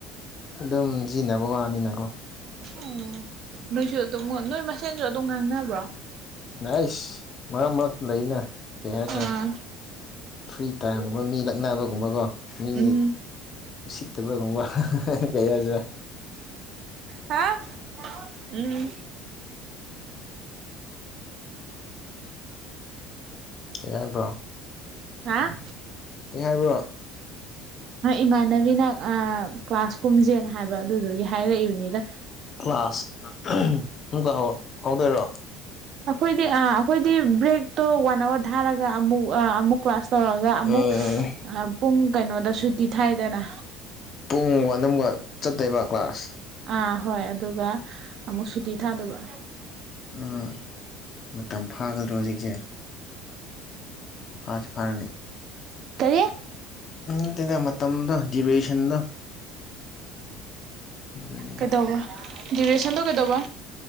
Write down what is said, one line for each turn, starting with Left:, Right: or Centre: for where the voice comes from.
Left: ꯑꯗꯨꯝ ꯁꯤꯖꯤꯟꯅꯕ ꯋꯥꯅꯤꯅꯀꯣ
Right: ꯎꯝ ꯅꯣꯏꯁꯨ ꯑꯗꯨꯝ ꯅꯣꯏ ꯃꯁꯦꯟꯁꯨ ꯑꯗꯨꯝ ꯉꯥꯡꯅꯕ꯭ꯔꯣ
Left: ꯥꯏꯁ ꯃꯔꯛ ꯃꯔꯛ ꯂꯩꯅ ꯀꯩ ꯍꯥꯏꯁꯤꯔ
Right: ꯑꯥ
Left: ꯐ꯭ꯔꯤꯠ ꯇꯥꯒꯨꯝꯕ <inaudible> ꯃꯤ ꯂꯛꯅꯕꯒꯨꯝꯕꯀꯣ ꯃꯤ
Right: ꯎꯝ
Left: ꯎꯁꯤꯠꯇꯕꯒꯨꯝꯕ ꯀꯩ ꯌꯥꯗ꯭ꯔꯥ
Right: ꯍꯥꯥ ꯎꯝ
Left: ꯍꯒꯕ꯭ꯔꯣ <unintelligible>
Right: ꯍꯥ
Left: ꯀꯩ ꯍꯥꯏꯕ꯭ꯔꯣ
Right: ꯏꯃꯥꯟꯅꯕꯤꯅ ꯀ꯭ꯂꯥꯁ ꯀꯨꯝꯁꯦꯅ ꯍꯥꯏꯕ ꯑꯗꯨꯗꯨꯒꯤ ꯍꯥꯏꯔꯛꯏꯕꯅꯤꯗ
Left: ꯀ꯭ꯂꯥꯁ ꯑꯃꯨꯛꯀ ꯍꯧꯗꯣꯏꯔꯣ
Right: ꯑꯩꯈꯣꯏꯗꯤ ꯑ ꯑꯩꯈꯣꯏꯗꯤ ꯕ꯭ꯔꯦꯛ ꯇꯣ ꯋꯥꯟ ꯑꯋꯥꯔ ꯊꯥꯔꯒ ꯑꯃꯨꯛ ꯑꯃꯨꯛ ꯀ꯭ꯂꯥꯁ ꯑꯃꯨꯛ ꯇꯧꯔꯒ ꯑꯃꯨꯛ
Left: ꯎꯝ
Right: ꯄꯨꯡ ꯀꯩꯅꯣꯗꯁꯨ ꯇꯤꯊꯥꯏꯗꯅ
Left: ꯄꯨꯡ ꯋꯥꯗꯝꯒ ꯆꯠꯇꯣꯏꯕ ꯀ꯭ꯂꯥꯁ
Right: ꯑꯥ ꯍꯣꯏ ꯑꯗꯨꯒ ꯑꯃꯨꯛ ꯁꯨꯇꯤ ꯊꯥꯗꯣꯕ
Left: ꯎꯝ ꯃꯇꯝ ꯐꯥꯒꯗ꯭ꯔꯣ ꯍꯧꯖꯤꯛꯁꯦ ꯐꯁꯤ ꯐꯔꯅꯤ
Right: ꯀꯔꯤ
Left: ꯎ ꯇꯅ <inaudible> ꯃꯇꯝꯗ ꯗꯤꯔꯦꯁꯟꯗ ꯑꯗꯨꯅꯤꯗ
Right: ꯀꯗꯧꯕ ꯗꯤꯔꯦꯁꯟꯗ ꯀꯗꯧꯕ